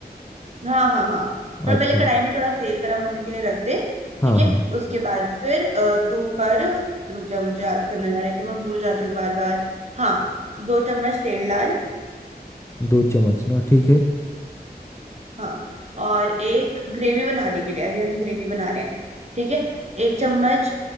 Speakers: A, on the right (about 40°); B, on the left (about 15°).
A: हाँ हाँ हाँ थोड़ा
B: अच्छा
A: पहले कढ़ाई में थोड़ा तेल गर्म होने के लिए रख दे
B: हाँ
A: ठीक है
B: हाँ
A: उसके बाद फिर अ, तू कर रुक जा मुझे याद करने जा रहा है तो मैं भूल जाती हूँ बार बार हाँ दो चम्मच तेल डाल
B: दो चम्मच ना ठीक है
A: हाँ और एक ग्रेवी बनाने के लिए अभी हम ग्रेवी बना रहे हैं ठीक है एक चम्मच